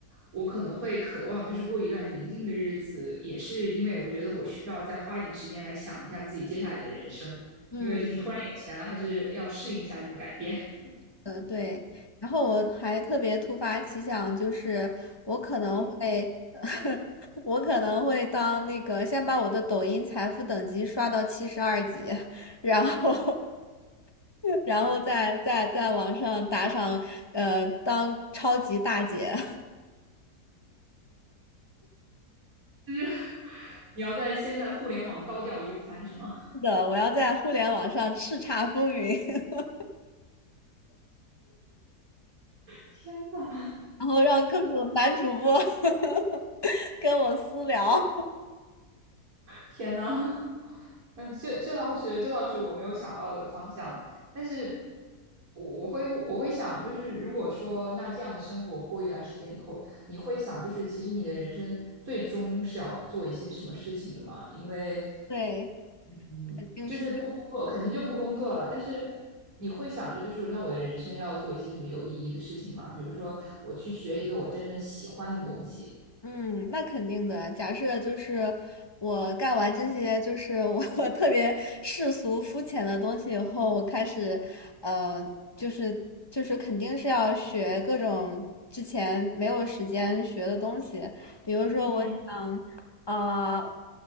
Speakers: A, on the right; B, on the left.
A: 我可能会渴望就是过一段宁静的日子，也是因为我觉得我需要再花一点时间来想一下自己接下来的人生，
B: 嗯，
A: 因为就是突然有钱了，还是要适应一下这种改变
B: 呃，对。然后我还特别突发奇想，就是我可能会，
A: <laughs>。嗯，
B: <laughs> 我可能会当那个先把我的抖音财富等级刷到七十二级，然后 <laughs>，然后再再在网上打赏，呃，当超级大姐。<laughs>
A: 就是 <laughs> 你要在现在互联网高调一番，是吗？
B: 是的，我要在互联网上叱咤风云，<laughs>
A: 天呐，
B: 然后让各种男主播 <laughs> 跟我私聊。
A: 天呐，嗯，这这倒是，这倒是我没有想到的方向。但是我，我会我会想，就是如果说那这样的生活过一段时间以后，你会想，就是其实你的人生最终是要做一些什么事情的嘛？因为，
B: 对，
A: 嗯，
B: 肯定是。
A: 就是不工作肯定就不工作了，但是你会想着，就是那我的人生要做一些什么有意义的事情嘛？比如说，我去学一个我真正喜欢的东西。
B: 嗯，那肯定的。假设就是我干完这些，就是我 <laughs> 特别世俗肤浅的东西以后，我开始，呃，就是就是肯定是要学各种之前没有时间学的东西。比如说，
A: 嗯，
B: 我想，呃，